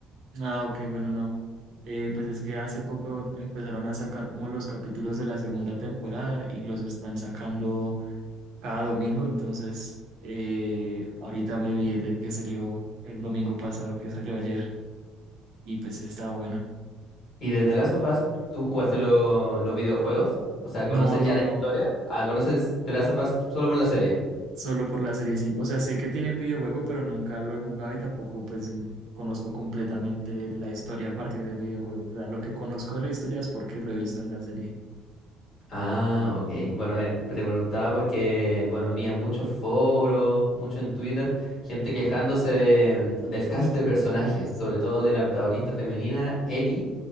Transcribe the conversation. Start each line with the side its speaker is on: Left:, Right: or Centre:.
Right: Ah, ok, bueno, no. Eh, pues es que hace poco empezaron a sacar como los capítulos de la segunda temporada y los están sacando cada domingo, entonces eh, ahorita me vi el de que salió el domingo pasado, que salió ayer, y pues estaba bueno.
Left: ¿Y desde Last of Us tú jugaste lo- los videojuegos? O sea,
Right: No,
Left: ¿conoces
Right: no,
Left: ya la
Right: no,
Left: historia? Ah, ¿conoces The Last of Us solo por la serie?
Right: solo por la serie, sí. O sea, sé que tiene el videojuego, pero nunca lo he jugado y tampoco pues conozco completamente la historia a partir del videojuego. O sea, lo que conozco de la historia es porque lo he visto en la serie.
Left: Ah, ok. Bueno, él te preguntaba porque, bueno, había muchos foros, mucho en Twitter, gente quejándose de, del cast de personajes, sobre todo de la protagonista femenina, Ellie,